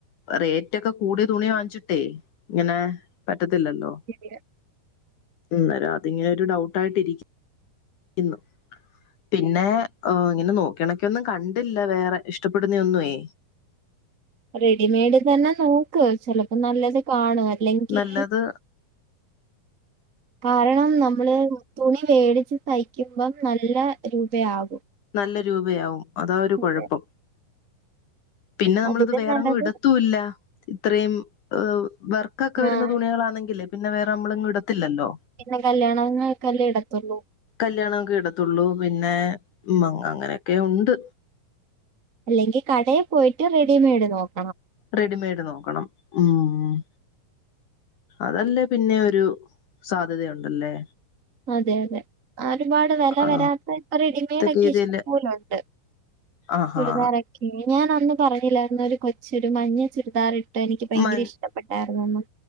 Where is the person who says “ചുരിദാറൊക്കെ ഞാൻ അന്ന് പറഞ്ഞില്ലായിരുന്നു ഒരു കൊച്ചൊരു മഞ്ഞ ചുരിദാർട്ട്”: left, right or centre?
Right